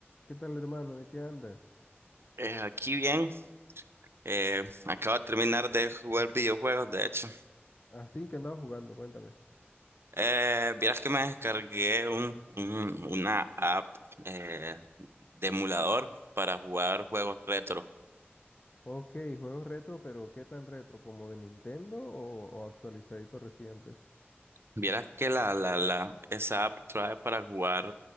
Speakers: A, on the left; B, on the right.
A: ¿Qué tal, hermano? ¿De qué andas?
B: Eh, aquí bien, eh, acabo de terminar de jugar videojuegos, de hecho.
A: Así que andaba jugando, cuéntame.
B: Eh, vieras que me descargué un, un- una app eh, de emulador para jugar juegos retro.
A: Ok, juegos retro, pero ¿qué tan retro? ¿Como de Nintendo o, o actualizaditos recientes?
B: Vieras que la, la, la, esa app trae para jugar